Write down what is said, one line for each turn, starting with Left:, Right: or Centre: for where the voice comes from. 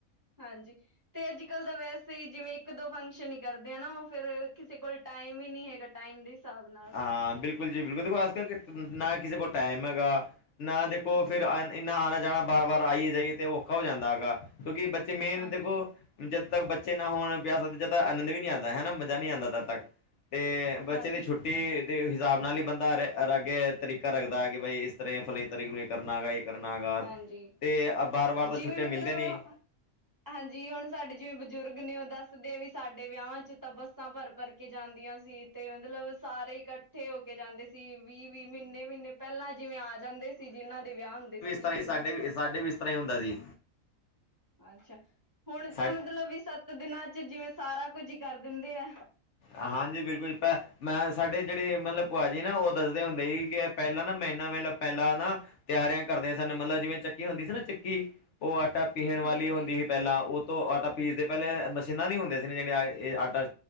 Right: ਹਾਂਜੀ ਤੇ ਅੱਜ ਕੱਲ੍ਹ ਦਾ ਵੈਸ ਅਸੀਂ ਜਿਵੇਂ ਇੱਕ-ਦੋ ਫੰਕਸ਼ਨ ਹੀ ਕਰਦੇ ਹਾਂ ਨਾ ਉਹ ਫੇਰ ਕਿਸੇ ਕੋਲ ਟਾਈਮ ਹੀ ਨੀ ਹੈਗਾ। ਟਾਈਮ ਦੇ ਹਿਸਾਬ ਨਾਲ
Left: ਹਾਂ ਬਿਲਕੁਲ ਜੀ ਬਿਲਕੁਲ ਦੇਖੋ ਆਜ ਕੱਲ ਨਾ ਕਿਸੇ ਕੋ ਟਾਈਮ ਹੈਗਾ ਨਾ ਦੇਖੋ
Right: ਹਾਂਜੀ
Left: ਫਿਰ ਆ ਇੰਨਾ ਆਣਾ ਜਾਣਾ ਬਾਰ ਵਾਰ ਆਈਏ ਜਾਈਏ ਤੇ ਔਖਾ ਹੋ ਜਾਂਦਾ ਹੈਗਾ ਕਿਉਂਕਿ ਬੱਚੇ ਮੇਨ
Right: ਹਾਂਜੀ
Left: ਦੇਖੋ। ਜਦ ਤੱਕ ਬੱਚੇ ਨਾ ਹੋਣ ਪਿਆ ਸਕਦੇ ਜਦ ਤੱਕ ਆਨੰਦ ਵੀ ਨਹੀਂ ਆਉਂਦਾ ਹਨਾ ਮਜ਼ਾ ਨਹੀਂ ਆਂਦਾ ਤਦ ਤੱਕ ਤੇ ਬੱਚਿਆਂ
Right: ਹਾਂਜੀ
Left: ਦੀ ਛੁੱਟੀ ਤੇ ਦੇ ਹਿਸਾਬ ਨਾਲ ਹੀ ਬੰਦਾ ਅਗੇ ਤਰੀਕਾ ਰੱਖਦਾ ਕਿ ਬਾਈ ਇਸ ਤਰ੍ਹਾਂ ਫਲਾ ਤਰੀਕ ਨੂੰ ਇਹ ਕਰਨਾ ਹੈਗਾ ਬਈ ਕਰਨਾ ਹੈਗਾ
Right: ਹਾਂਜੀ
Left: ਤੇ ਬਾਰ ਬਾਰ ਤਾਂ
Right: ਜਿਵੇਂ
Left: ਛੁੱਟੀਆਂ ਮਿਲਦੀਆਂ
Right: ਮਤਲਬ
Left: ਨੀ।
Right: ਹਾਂਜੀ, ਹੁਣ ਸਾਡੇ ਜਿਵੇਂ ਬਜ਼ੁਰਗ ਨੇ ਉਹ ਦੱਸਦੇ ਵੀ ਸਾਡੇ ਵਿਆਹਵਾਂ ਚ ਤਾਂ ਬੱਸਾਂ ਭਰ ਭਰ ਕੇ ਜਾਂਦੀਆਂ ਸੀ। ਤੇ ਮਤਲਬ ਸਾਰੇ ਇਕੱਠੇ ਹੋ ਕੇ ਜਾਂਦੇ ਸੀ ਵੀਹ ਵੀਹ ਮਹੀਨੇ ਮਹੀਨੇ ਪਹਿਲਾਂ ਜਿਵੇਂ ਆ ਜਾਂਦੇ ਸੀ, ਜਿਨਾਂ ਦੇ ਵਿਆਹ ਹੁੰਦੇ ਸੀ ਰਿਸ਼ਤੇਦਾਰ
Left: ਤਾਂ ਹੀ ਸਾਡੇ ਵੀ ਸਾਡੇ ਵੀ ਇਸ ਤਰ੍ਹਾਂ ਹੀ ਹੁੰਦਾ ਸੀ।
Right: ਅੱਛਾ ਹੁਣ ਤਾਂ
Left: ਸਾ
Right: ਮਤਲਬ ਵੀ ਸੱਤ ਦਿਨਾਂ ਚ ਜਿਵੇਂ ਸਾਰਾ ਕੁੱਝ ਹੀ ਕਰ ਦਿੰਦੇ ਹੈ।
Left: ਹਾਂਜੀ ਬਿਲਕੁਲ ਪੈ ਮੈਂ ਸਾਡੇ ਜਿਹੜੇ ਮਤਲਬ ਭੂਆ ਜੀ ਨਾ ਉਹ ਦੱਸਦੇ ਹੁੰਦੇ ਸੀ ਕਿ ਪਹਿਲਾਂ ਨਾ ਬਈ ਮਹੀਨਾ ਮਹੀਨਾ ਪਹਿਲਾਂ ਨਾ ਤਿਆਰੀਆਂ ਕਰਦੇ ਸਨ, ਮਤਲਬ ਜਿਵੇਂ ਚੱਕੀ ਹੁੰਦੀ ਸੀ ਨਾ ਚੱਕੀ ਉਹ ਆਟਾ ਪੀਣ ਵਾਲੀ
Right: ਹਾਂਜੀ,
Left: ਹੁੰਦੀ ਸੀ ਪਹਿਲਾਂ ਉਹ ਤੋਂ ਆਟਾ ਪੀਸਦੇ ਪਹਿਲੇ ਮਸ਼ੀਨਾਂ ਨੀ ਹੁੰਦੇ ਸੀ ਜਿਹੜੇ ਇਹ ਆਟਾ